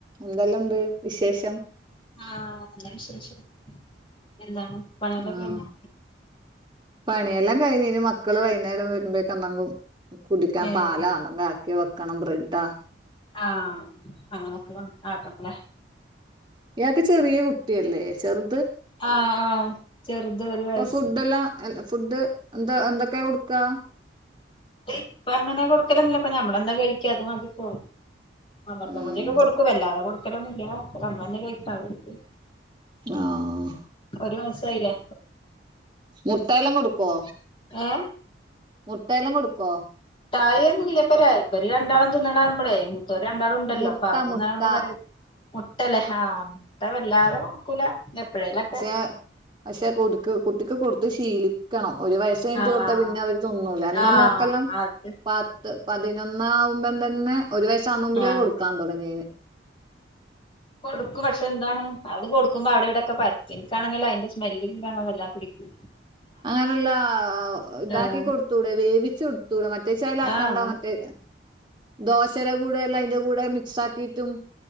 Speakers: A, on the right; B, on the left.
A: എന്തെല്ലാം ഉണ്ട് വിശേഷം?
B: ആഹ ശരി ശരി എന്താണ് പണികളൊക്കെ
A: ആഹ്
B: കയിഞ്ഞോ?
A: പണിയെല്ലാം കഴിഞ്ഞന് മക്കള് വൈകുന്നേരം വരുമ്പോക്കെ നങ്ങും കുടിക്കാൻ
B: ഏഹ്
A: പാലാ അന്നുംങ്കും ആക്കി വെക്കണം ബ്രെഡാ
B: ആഹ അങ്ങനൊക്കെ ആക്കണല്ല
A: യാക്ക് ചെറിയ കുട്ടിയല്ലേ ചെറു
B: ആഹ് ആഹ് ചെറുത് ഒരു വയസ്സ്
A: ഫുഡ് എല്ലാം ഫുഡ് എന്താ എന്തൊക്കെയ കൊടുക്കാ?
B: ഇപ്പ അങ്ങനെ കൊടുക്കലന്നല്ലോ ഇപ്പ നഞമ്മളെന്താ കഴിക്കാത മതിടപ്പോ അമ്മർതപൊടിയൊക്കെ
A: ഉം
B: കൊടുക്കും വല്ലാതെ കൊടുക്കലൊന്നുല്ല അപ്പ അങ്ങന്നെ കട്ടാ കൊടുക്ക
A: ആഹ
B: ഒരു മാസായില്ലേ
A: മുട്ടയെല്ലാം കൊടുക്കോ
B: ഏഹ്
A: മുട്ടയെല്ലാം കൊടുക്കോ?
B: ട്ടായന്നില്ല ഇപ്പ ഇര് രണ്ടാളും തിന്ന് ണ കാണുമ്പളേ മൂത്തേര്ണ്ടാൾ ഉണ്ടല്ലോ
A: മുട്ട
B: അപ്പൊ അവരന്ന
A: മുട്ട
B: പറയും മുട്ടല്ലേ ആഹ് മുട്ട വല്ലാതെ കൊടുക്കൂല എപ്പഴേലൊക്കെ
A: പക്ഷെ പക്ഷെ കൊതുക്ക് കുട്ടിക്ക് കൊടുത്ത് ശീലക്കണം ഒരു വയസ് കഴിഞ്ഞട്ട്
B: ആഹ്
A: കൊടുത്ത പിന്നെ അവര് തിന്നൂല്ല എന്റെ
B: ആഹ്
A: മോക്കെല്ലാം
B: അത്
A: പത്ത് പതി ഒന്നാവകുമ്പം തന്നെ ഒരു വയസാ ആകന്നുമ്പഴേ
B: ആഹ്
A: കൊടുക്കാൻ തുടങ്ങിയന്
B: കൊടുക്കും പക്ഷെ എന്താണ് അത് കൊടുക്കുമ്പോ അവിടെ ഇവിടെൊക്കെ പരത്തിനിക്കാണെങ്കിലോ അതിന്റെ സ്മെല്ല കാണ വല്ലാ പിടിക്കും
A: അങ്ങനെല്ലാ ഇതാക്കി
B: ഏഹ്
A: കൊടുത്തൂടെ വേവിച്ചു കൊടു തൂടടെ മറ്റേ ചാൽ ആാക്കണ്ടോ
B: ആഹ്
A: മറ്റേ ദോശയുടെ കൂടെ എല്ലാം ഇന്റെ കൂടെ മിക്സ് ആക്കിട്ടും